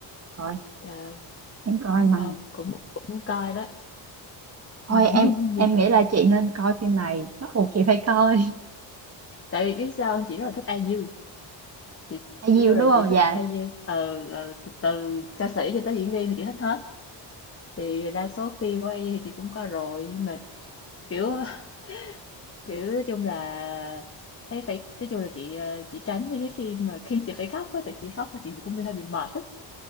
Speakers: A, on the right (about 35°); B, on the left (about 30°).
A: rồi
B: Trời,
A: em coi
B: muốn coi
A: mà
B: cũng muốn coi đó.
A: thôi
B: Ừ,
A: em
B: <laughs> như
A: em
B: vậy.
A: nghĩ là chị nên coi phim này bắt buộc chị phải coi <laughs>
B: Tại vì biết sao không? chị rất là thích IU. Chị
A: hay gì
B: vô
A: đúng
B: là
A: không
B: chị thích
A: dạ
B: IU ờ, ờ, từ, từ ca sĩ cho tới diễn viên thì chị thích hết. Thì đa số phim của IU thì chị cũng coi rồi nhưng mà kiểu <laughs> kiểu nói chung là thấy phải nói chung là chị ờ, chị tránh mấy cái phim mà khi chị phải khóc á tại chị khóc và chị cũng hơi bị mệt á